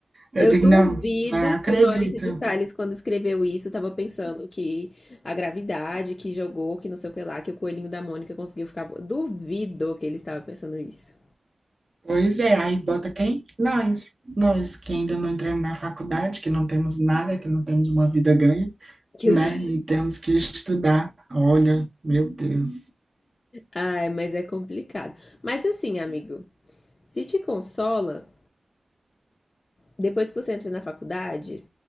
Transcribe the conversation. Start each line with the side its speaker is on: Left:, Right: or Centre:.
Right: Eu
Left: Eu
Right: digo,
Left: duvido
Right: não, não acredito.
Left: que o Maurício de Sales, quando escreveu isso, estava pensando que a gravidade, que jogou, que não sei o que lá, que o coelhinho da Mônica conseguiu ficar. Duvido que ele estava pensando isso.
Right: Pois é, aí bota quem? Nós. Nós, que ainda não entramos na faculdade, que não temos nada, que não temos uma vida ganha.
Left: <laughs> Que-
Right: né? E temos que estudar. Olha, meu Deus.
Left: Ai, mas é complicado. Mas assim, amigo, se te consola. depois que você entra na faculdade,